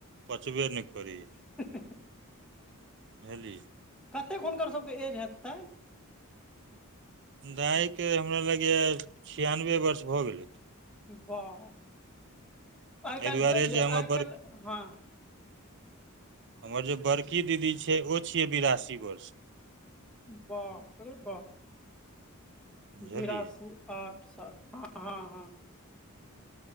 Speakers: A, on the right; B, in the centre.
A: पचबे नहि करै य
B: <inaudible>
A: बुझहली
B: कतेक हुनकर सभके एज हेतैन
A: दाइके हमरा लगैये छियानबे वर्ष भऽ गेलै
B: बाह आइ
A: एहि
B: काल्हि
A: दुआरे
B: बुझै छियै
A: जे हमर
B: आइ
A: बड़
B: काल्हि हँ
A: हमर जे बड़की दीदी छै ओ छियै बिरासी वर्ष क
B: बाप रे बाप
A: बुझलियै
B: बिरासी आठ सात हँ हँ